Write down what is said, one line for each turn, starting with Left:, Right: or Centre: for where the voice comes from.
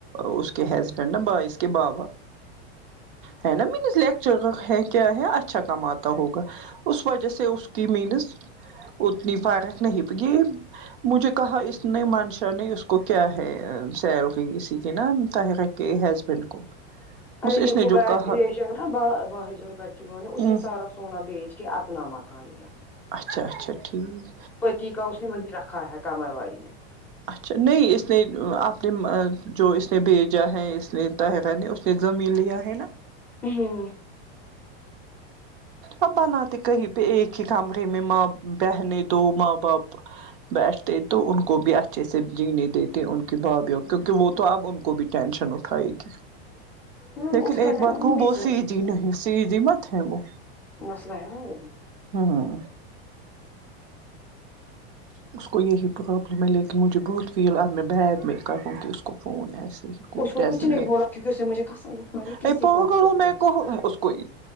Right: اس کے ہسبینڈ نا بائیس کے بابا ہے نا مین اس لیکچر کا ہے کیا ہے اچھا کماتا ہوگا اس وجہ سے اس کی مینس اتنی فارخ نہیں بکی مجھے کہا اس نے منشا نے اس کو کیا ہے سیلری اسی کی نا کہ ہسبینڈ کو
Centre: ار
Right: بس اس
Centre: نہیں
Right: نے
Centre: ہوبیر
Right: جو کہا
Centre: <unintelligible> ن ب باہ اس
Right: ہوں،
Centre: میں سارا سونا بیچ کے اپنا مہکا لیا
Right: اچھا اچھا ٹھیک
Centre: پتی کا اس نے مندر رکھا ہے کمر وای میں
Right: اچھا نہیں اس نے آپ نے جو اس نے بھیجا ہے اس نے تھا ہے میں نے اس نے زمین لیا ہے نا
Centre: ہاں
Right: اب بناتے کہیں پہ ایک ہی کمرے میں ماں بہنے دو ماں باپ بیٹھتے تو ان کو بھی اچھا اچھے سے جیننے دیتے ان کی بھابھیوں کیونکہ وہ تو اب ان کو بھی ٹینشن اٹھائے گی
Centre: ہاں
Right: لیکن
Centre: اس کا
Right: ایک
Centre: ہے
Right: بات
Centre: نا
Right: کہوں
Centre: مزاج
Right: وہ سی جی نہیں سی جی مت ہے وہ
Centre: مسلا ہے نا وہ
Right: ہاں ہاں اس کو یہی پرابلم ہے لیکن مجھے بہت فیل آ میں بیگ میں ہی کہوں کہ اس کو فون ایسے ہی
Centre: اس کو
Right: ایس
Centre: کچھ
Right: نہیں
Centre: بولا کیونکہ اس نے مجھے قسم دکھائی کسی
Right: ا پگوں
Centre: کو نہیں بولا
Right: میں کو اس کوئی